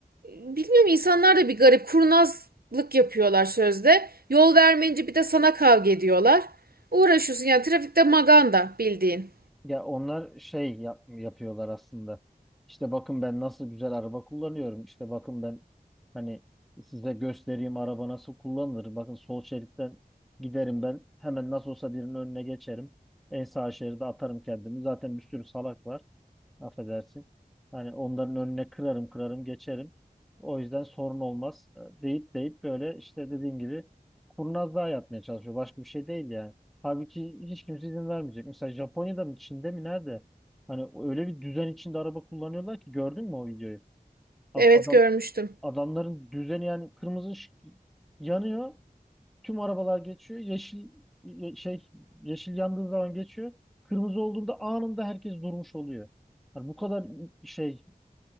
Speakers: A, on the right; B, in the centre.
A: bilmiyorum insanlar da bir garip kurnazlık yapıyorlar sözde. Yol vermeyince bir de sana kavga ediyorlar. Uğraşıyorsun yani trafikte maganda bildiğin.
B: Ya onlar şey yap- yapıyorlar aslında. İşte bakın ben nasıl güzel araba kullanıyorum. İşte bakın ben hani size göstereyim araba nasıl kullanılır. Bakın sol şeritten giderim ben. Hemen nasıl olsa birinin önüne geçerim. En sağ şeride atarım kendimi. Zaten bir sürü salak var affedersin. Hani onların önüne kırarım kırarım geçerim. O yüzden sorun olmaz e, deyip deyip böyle işte dediğin gibi kurnazlığa yapmaya çalışıyor. Başka bir şey değil yani. Halbuki hiç kimse izin vermeyecek. Mesela Japonya'da mı Çin'de mi nerede? Hani öyle bir düzen içinde araba kullanıyorlar ki gördün mü o videoyu? Ad-
A: Evet
B: adam
A: görmüştüm.
B: adamların düzeni yani kırmızı ışık yanıyor. Tüm arabalar geçiyor. Yeşil ye- şey yeşil yandığı zaman geçiyor. Kırmızı olduğunda anında herkes durmuş oluyor. Yani bu kadar şey